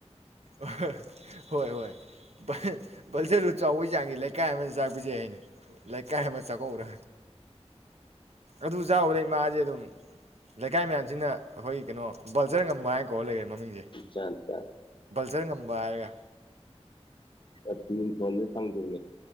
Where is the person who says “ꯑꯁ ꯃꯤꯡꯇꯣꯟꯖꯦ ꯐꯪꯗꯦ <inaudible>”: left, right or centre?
Left